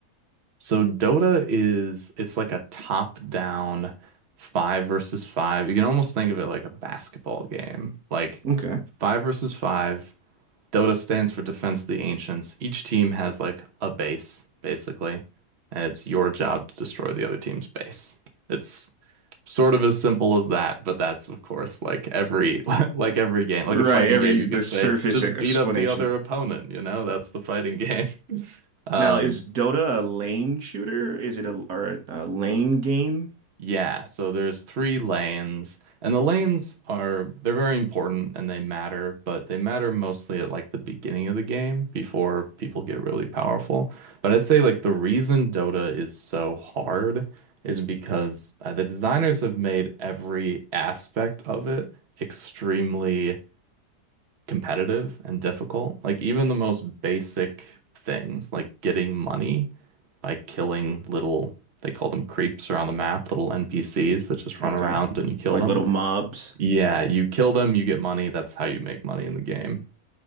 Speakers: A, on the right (about 45°); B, on the right (about 70°).
A: So Dota is it's like a top-down five versus five. You can almost think of it like a basketball game. Like
B: Okay.
A: five versus five. Dota stands for Defense of the Ancients. Each team has like a base, basically, and it's your job to destroy the other team's base. It's sort of as simple as that, but that's of course like every <laughs> like every game, like
B: Right,
A: a fighting
B: every
A: game, you
B: the
A: could
B: surface
A: say just
B: e-, explanation.
A: beat up the other opponent, you know? That's the fighting game. <laughs> Um
B: Now, is Dota a lane shooter? Is it a or a, a lane game?
A: Yeah, so there's three lanes, and the lanes are they're very important and they matter, but they matter mostly at like the beginning of the game before people get really powerful. But I'd say like the reason Dota is so hard is because uh, the designers have made every aspect of it extremely competitive and difficult. Like even the most basic things, like getting money by killing little, they call them creeps around the map, little NPCs that just run
B: Okay.
A: around and you kill
B: Like
A: them.
B: little mobs.
A: Yeah, you kill them, you get money. That's how you make money in the game.